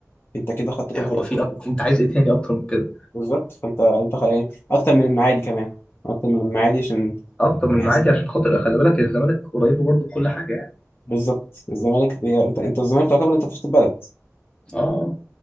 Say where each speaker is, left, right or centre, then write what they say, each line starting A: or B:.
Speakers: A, on the left (about 45°); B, on the left (about 20°).
A: أنت كده خدت كل
B: هو
A: حاجة
B: في أك- انت عايز ايه تاني اكتر من كده
A: بالظبط فأنت أنت خ... يعني أكتر من المعادي كمان أكتر من المعادي عشان
B: اكتر من
A: بحس
B: معادي عشان خاطر خلي بالك الزمالك قريبه برضه بكل حاجه يعني
A: بالظبط الزمالك هي أنت أنت الزمالك تعتبر أنت في وسط البلد
B: اه